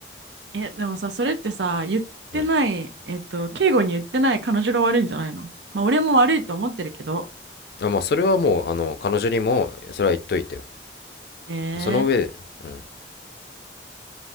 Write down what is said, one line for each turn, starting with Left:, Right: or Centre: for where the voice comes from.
Right: え、でもさ、それってさ、言ってない、
Left: うん
Right: えっと、敬語に言ってない彼女が悪いんじゃないのまあ、俺も悪いと思ってるけど。
Left: あまあそれはもうあの彼女にもそれは言っといてよ
Right: えー、
Left: その上でうん